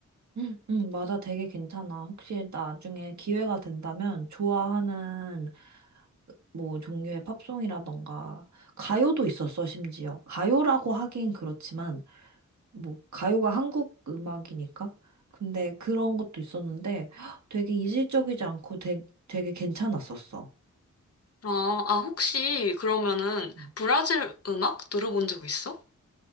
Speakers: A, on the right; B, on the left.
A: 응, 응, 맞아. 되게 괜찮아. 혹시 나중에 기회가 된다면 좋아하는 뭐 종류의 팝송이라던가 가요도 있었어, 심지어. 가요라고 하긴 그렇지만 뭐 가요가 한국 음악이니까. 근데 그런 것도 있었는데 헉, 되게 이질적이지 않고 되, 되게 괜찮았었어.
B: 아, 아, 혹시 그러면은
A: 음.
B: 브라질 음악 들어본 적 있어?